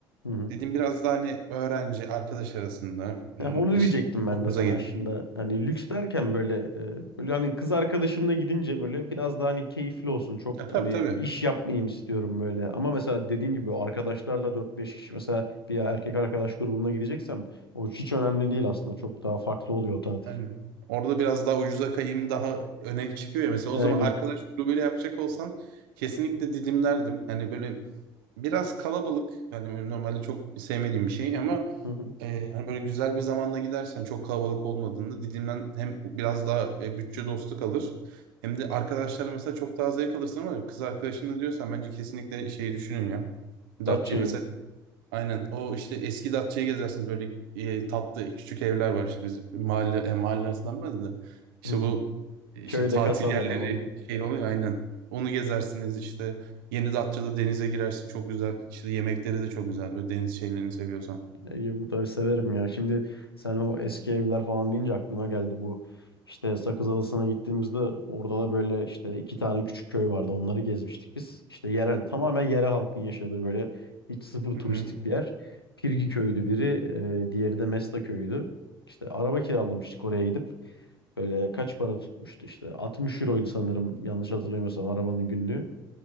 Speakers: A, on the left; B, on the right.
A: Hı hı.
B: Didim biraz daha hani öğrenci arkadaş arasında
A: Ya
B: ım,
A: onu
B: işte
A: diyecektim ben
B: o
A: de
B: göze
A: sana
B: getireyim.
A: aslında. Hani lüks derken böyle e, böyle hani kız arkadaşımla gidince böyle biraz daha hani keyifli olsun. Çok
B: E, tabii
A: hani
B: tabii.
A: iş yapmayayım istiyorum böyle. Ama mesela dediğin gibi arkadaşlarla dört beş kişi mesela bir erkek arkadaş grubumla gideceksem o hiç önemli değil aslında. Çok daha farklı oluyor o tatil.
B: Aynen. Orada biraz daha ucuza kayayım daha öne çıkıyor ya. Mesela
A: Aynen.
B: o zaman arkadaş grubuyla yapacak olsan kesinlikle didimlerdim. Yani böyle biraz kalabalık. Yani benim normalde çok sevmediğim bir şey ama
A: Hı hı.
B: e, hani böyle güzel bir zamanda gidersen çok kalabalık olmadığında didimden hem biraz daha e, bütçe dostu kalır. Hem de arkadaşlarla mesela çok daha zevk alırsın ama kız arkadaşınla diyorsan bence kesinlikle şeyi düşünün ya.
A: Datça'yı.
B: Datça'yı. Mesela Aynen. O işte eski Datça'yı gezersin. Böyle e, tatlı küçük evler var işte biz mahalle e, mahalle arası denmez de. İşte
A: Hı hı.
B: bu e, işte
A: Köyde
B: tatil
A: kasabada
B: yerleri
A: falan.
B: şey oluyor ya, aynen. Onu gezersiniz işte. Yeni Datça'da denize girersin çok güzel. İşte yemekleri de çok güzel. Böyle deniz şeylerini seviyorsan.
A: Ege Mutlu'yu severim ya. Şimdi sen o eski evler falan deyince aklıma geldi bu. İşte Sakız Adası'na gittiğimizde orada da böyle işte iki tane küçük köy vardı. Onları gezmiştik biz. İşte yerel, tamamen yerel halkın yaşadığı böyle hiç sıfır turistik
B: Hı hı.
A: bir yer. Pirgi köyüydü biri, e, diğeri de Mesta köyüydü. İşte araba kiralamıştık oraya gidip. Böyle kaç para tutmuştu işte 60 euroydu sanırım yanlış hatırlamıyorsam arabanın günlüğü.